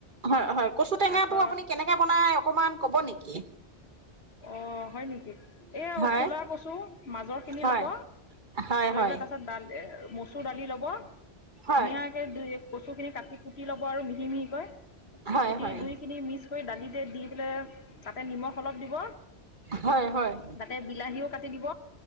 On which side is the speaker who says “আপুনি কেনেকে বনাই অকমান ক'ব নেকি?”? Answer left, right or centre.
Right